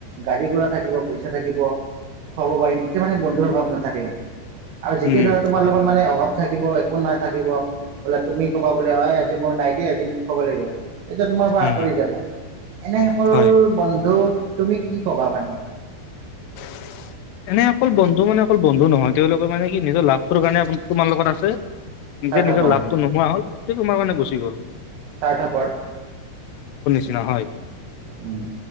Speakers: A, on the right; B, on the left.
A: গাড়ী ঘোৰা থাকিব পইচা থাকিব খুৱাব পাৰিম তেতিয়া মানে বন্ধুৰ অভাৱ নাথাকে আৰু যেতিয়া
B: উম,
A: ধৰা তোমাৰ
B: হয়,
A: লগত মানে অভাৱ থাকিব একো নাই থাকিব। বোলে তুমি ক'বা বোলে অই আজি মোৰ নাই দি, আজি মোক খোৱাব লাগিব। তেতিয়া তোমাৰ পৰা
B: উম,
A: আঁতৰি যাব এনে সকল
B: হয়।
A: বন্ধুক তুমি কি ক'বা মানে?
B: <inaudible> এনে অকল বন্ধু মানে অকল বন্ধু নহয়। তেওঁলোকে মানে কি নিজৰ লাভটোৰ কাৰণে তোমাৰ লগত আছে। নিজে
A: স্বাৰ্থপৰ
B: নিজৰ লাভটো নোহোৱা হ'ল সেই তোমাৰ মানে গুচি গ'ল
A: স্বাৰ্থপৰ।
B: ন হয়
A: উম।